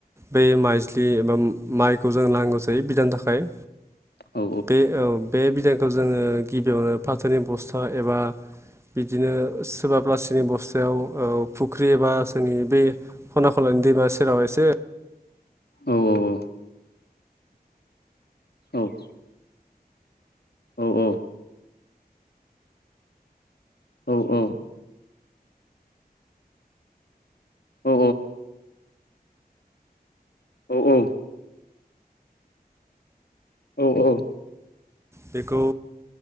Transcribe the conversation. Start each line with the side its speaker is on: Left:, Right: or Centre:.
Right: बै माइज्लि एबा माइखौ जों नांगौ जायो बिनि थाखाय।
Left: औ
Right: बे औ बे बिदांखौ जोङो फाथोनि बस्था एबा बिदिनो सोरबााब्लासिनि बस्थायाव फुख्रि एबा सोरनि बे खना खलायनानै दैबा सेराव एसे
Left: औ औ औ औ। औ औ। औ-औ। औ औ औ। औ औ।
Right: बेखौ